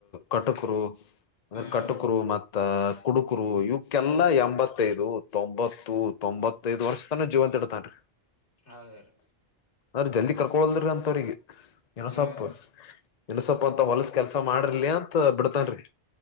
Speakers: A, on the left (about 45°); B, on the left (about 85°).
A: ಕಟಕರುಂದ
B: ಹ್ಮ್
A: ಕಟಕರು ಮತ್ತ ಕುಡುಕರು ಇವ ಕ್ಕೆಲ್ಲ ಎಂಬತ್ತೈದು ತೊಂಬತ್ತು ತೊಂಬತ್ತು ಐದ್ ವರ್ಷ ತಾನ ಜೀವಂತ ಇಡ್ತನ್ೀ
B: ಹೌದ್ರೀ
A: ಅ್ರ ಜಲ್ದಿ ಕರ್ಕೊಲ್ದ್ರಿ ಅಂತವ್ರಿಗೆ ಏನಸಪ್
B: ಹ್ಮ್
A: ಏನಸಪ್ಪ ಅಂತ ಹೊಲಸ ಕೆಲ್ಸ ಮಾಡರ್ಲಿ ಅಂತ ಬಿಡ್ತನ್ರಿ